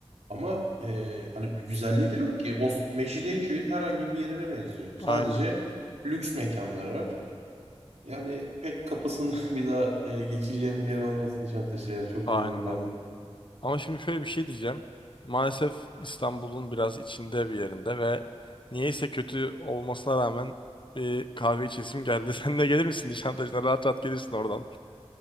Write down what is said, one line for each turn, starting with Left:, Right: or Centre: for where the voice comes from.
Right: ama e, hani bir güzelliği de yok ki o Mecidiyeköy'ün herhangi bir yerine benziyor sadece
Left: Aynen.
Right: lüks mekanlar var. Yani pek kapısından <laughs> bir daha e, geçeceğim bir yer olmaz Nişantaşı yer çok
Left: Aynen
Right: zorunda kalmak.
Left: aynen. Ama şimdi şöyle bir şey diyeceğim. Maalesef İstanbul'un biraz içinde bir yerinde ve niyeyse kötü olmasına rağmen bir kahve içesim geldi. <laughs> Sen de gelir misin Nişantaşı'na? Rahat rahat gelirsin oradan.